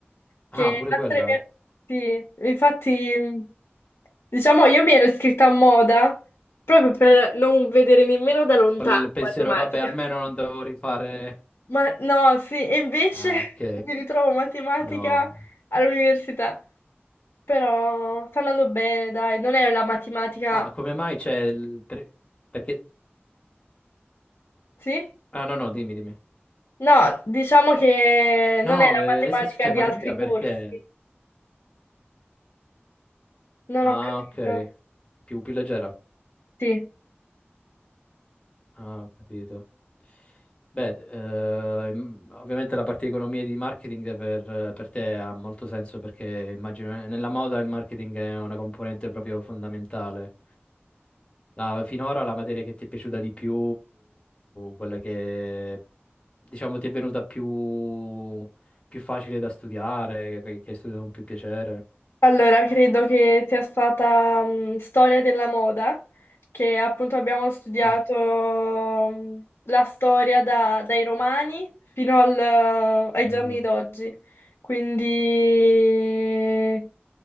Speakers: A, on the left; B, on the left.
A: che
B: Ah, pure
A: altre
B: quella.
A: mie- sì, infatti, diciamo, io mi ero iscritta a moda proprio per non vedere nemmeno da lontano
B: Col pensiero,
A: matematica.
B: vabbè, almeno non devo rifare...
A: Ma no, sì, e invece
B: Ah,
A: <laughs>
B: ok.
A: mi ritrovo matematica
B: No.
A: all'università. Però sta andando bene, dai, non è la matematica,
B: Ma come mai c'è il... per- Perché...
A: sì?
B: Ah, no, no, dimmi, dimmi.
A: No, diciamo che
B: No,
A: non è la
B: eh,
A: matematica
B: nel senso c'è
A: di
B: matematica
A: altri
B: perché...
A: corsi. Non
B: Ah,
A: ho capito.
B: ok. Più, più leggera.
A: Sì.
B: Ah, ho capito. Beh, ehm, ovviamente la parte di economia e di marketing per, per te ha molto senso perché immagino eh, nella moda il marketing è una componente proprio fondamentale. Ma finora la materia che ti è piaciuta di più, quella che diciamo ti è venuta più, più facile da studiare, che che hai studiato con più piacere.
A: Allora, credo che sia stata mh, storia della moda, che appunto abbiamo studiato
B: Ah,
A: mh, la storia da- dai romani fino al- ai
B: Bello.
A: giorni d'oggi. Quindi